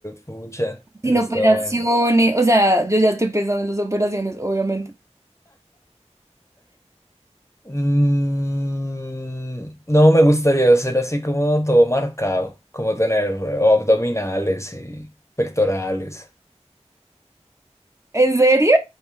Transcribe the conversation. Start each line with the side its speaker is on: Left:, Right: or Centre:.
Left: pucha.
Right: Sin
Left: Eso está
Right: operaciones,
Left: buena.
Right: o sea, yo ya estoy pensando en las operaciones, obviamente.
Left: Mm, no me gustaría ser así como todo marcado, como tener eh, abdominales y pectorales.
Right: ¿En serio?